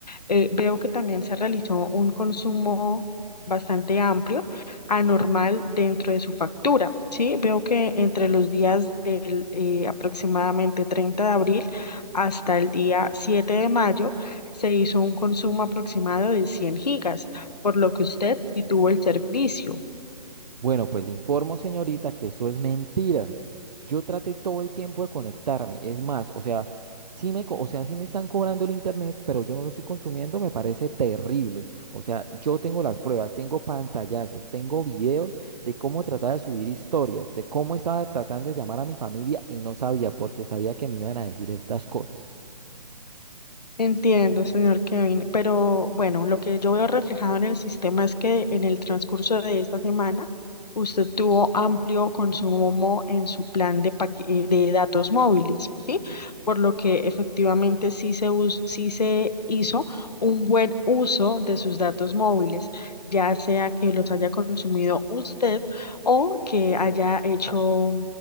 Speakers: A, on the left; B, on the right.
A: Eh, veo que también se realizó un consumo bastante amplio, anormal dentro de su factura, ¿sí? Veo que entre los días del eh, aproximadamente 30 de abril hasta el día 7 de mayo se hizo un consumo aproximado de 100 gigas, por lo que usted sí tuvo el servicio.
B: Bueno, pues le informo, señorita, que eso es mentira. Yo traté todo el tiempo de conectarme. Es más, o sea, sí me, co- o sea, sí me están cobrando el internet, pero yo no lo estoy consumiendo, me parece terrible. O sea, yo tengo las pruebas, tengo pantallazos, tengo videos de cómo trataba de subir historias, de cómo estaba tratando de llamar a mi familia y no sabía porque sabía que me iban a decir estas cosas.
A: Entiendo, señor Kevin, pero bueno, lo que yo veo reflejado en el sistema es que en el transcurso de esta semana usted tuvo amplio consumo en su plan de, paqu- eh, de datos móviles, ¿sí? Por lo que efectivamente sí se, us- sí se hizo un buen uso de sus datos móviles, ya sea que los haya consumido usted o que haya hecho